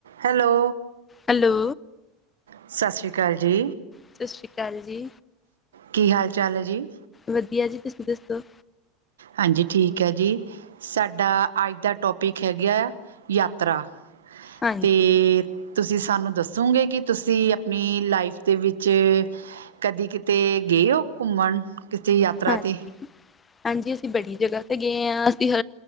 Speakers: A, on the right; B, on the left.
A: Hello.
B: Hello.
A: ਸਤਿ ਸ਼੍ਰੀ ਅਕਾਲ ਜੀ।
B: ਸਤਿ ਸ਼੍ਰੀ ਅਕਾਲ ਜੀ।
A: ਕੀ ਹਾਲ ਚਾਲ ਏ ਜੀ।
B: ਵਧੀਆ ਜੀ ਤੁਸੀਂ ਦੱਸੋ?
A: ਹਾਂਜੀ ਠੀਕ ਹੈ ਜੀ, ਸਾਡਾ ਅੱਜ ਦਾ ਟੋਪਿਕ ਹੈਗਾ ਯਾਤਰਾ।
B: ਹਾਂਜੀ
A: ਤੇ ਤੁਸੀਂ ਸਾਨੂੰ ਦੱਸੋਗੇ ਕਿ ਤੁਸੀਂ ਆਪਣੀ ਲਾਈਫ ਦੇ ਵਿੱਚ ਕਦੀ ਕਿਤੇ ਗਏ ਹੋ ਘੁੰਮਣ ਕਿਸੇ ਯਾਤਰਾ
B: ਹਾਂਜੀ
A: ਤੇ
B: ਹਾਂਜੀ ਅਸੀਂ ਬੜੀ ਜਗ੍ਹਾ ਤੇ ਗਏ ਹਾਂ ਅਸੀਂ ਹ